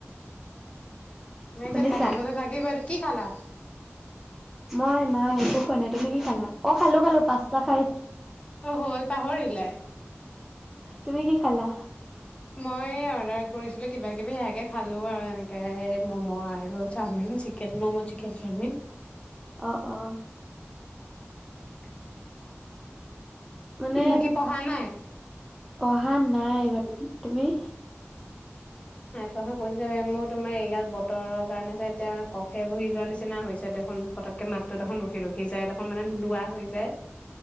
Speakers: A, on the left; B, in the centre.
A: এতিয়া
B: শুনিছা?
A: থাকিব লাগেই বাৰু কি খালা
B: মই নাই একো খোৱা নাই তুমি কি খালা অ খালো খালো পাঁচটা খাই
A: অ হ পাহৰিলাই
B: তুমি কি খালা?
A: মই অৰ্ডাৰ কৰিছিলো কিবা কিবি সেয়াকে খালো আৰু এনেকে মম' আৰু chow mein chicken momo chicken chow mein.
B: অ অ <inaudible> মানে
A: বাকী পঢ়া নাই
B: পঢ়া নাই বাৰু তুমি
A: ত কৈ মোৰ তোমাৰ এইগাল বতৰৰ কাৰণে এতিয়া মানে কফে বহি যোৱা নিচিনা হৈছে দেখোন পতককে মাতটো দেখোন ৰখি ৰখি যায় দেখোন মানে নোলোৱা হৈ যায়